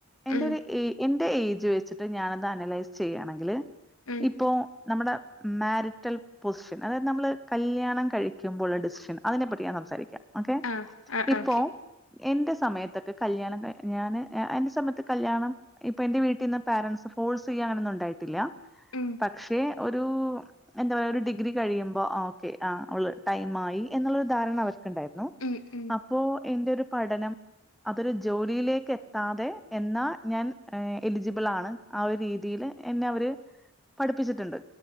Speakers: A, in the centre; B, on the left.
A: എന്റെ
B: ഉം
A: ഒരു. ഈ എന്റെ ഏയ്ജ് വെച്ചിട്ട് ഞാനത് അനലൈസ് ചെയ്യാണെങ്കില്
B: ഉം
A: ഇപ്പോ നമ്മുടെ. മാരിറ്റൽ പൊസിഷൻ അതായത് നമ്മള് കല്യാണം കഴിക്കുമ്പോഴുള്ള ഡിസിഷൻ അതിനെപ്പറ്റി ഞാൻ സംസാരിക്കാം ഓക്കെ.
B: ആ ആ
A: ഇപ്പോ
B: ആ ഓക്കെ
A: എന്റെ സമയത്തൊക്കെ കല്യാണം കഴിഞ്ഞാല് ഞാന് എന്റെ സമയത്ത് കല്യാണം. ഇപ്പൊ എന്റെ വീട്ടിന്ന് പേരൻസ് ഫോഴ്സ് ചെയ്യാ അങ്ങനൊന്നും ഉണ്ടായിട്ടില്ല
B: ഉം
A: പക്ഷെ ഒരു. എന്താ പറയാ ഒരു ഡിഗ്രി കഴിയുമ്പോ ഓക്കെ ആഹ് അവള് ടൈം ആയി എന്നുള്ളൊരു ധാരണ അവർക്കുണ്ടായിരുന്നു.
B: ഉം ഉം.
A: അപ്പോ എന്റെ ഒരു പഠനം. അതൊരു ജോലിയിലേക്ക് എത്താതെ എന്നാ ഞാൻ എലിജിബിൾ ആണ്. ആഹ് ഒരു രീതിയില് എന്നെ അവര് പഠിപ്പിച്ചിട്ടുണ്ട്.